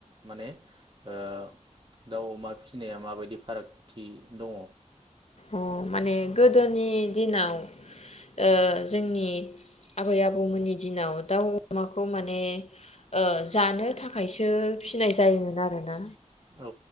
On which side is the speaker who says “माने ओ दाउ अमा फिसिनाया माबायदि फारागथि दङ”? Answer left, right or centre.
Right